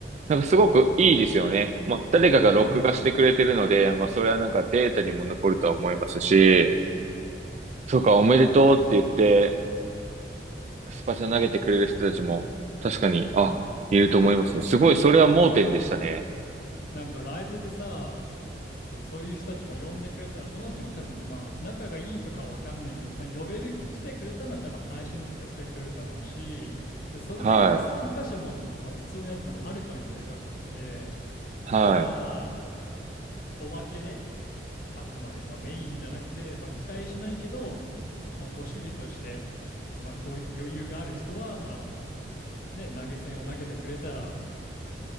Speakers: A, on the right; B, on the left.
A: なんかすごくいいですよね。まあ、誰かが録画してくれてるので、
B: うんうん。
A: まあ、それはなんかデータにも残るとは思いますし、そうか、おめでとうって言って、スパチャ投げてくれる人たちも、確かに、あ、いると思いますね。すごい、それは盲点でしたね。
B: なんかライブでさ、そう、そういう人たちも呼んでくれたら、その人たちも多分、まあ、仲がいいとかわかんないけど、まあ、呼べる、来てくれたのは多分配信とかしてくれるだろうし、で、それで言うと参加者も、
A: はい、
B: まあ、普通のやつもはるかにでかくって、
A: はい、
B: まあ、おまけで、あくまで、まあ、メインじゃなくて、まあ、期待しないけど、まあ、ご主義として、まあ、ご余裕がある人は、まあ、ね、投げ銭を投げてくれたら、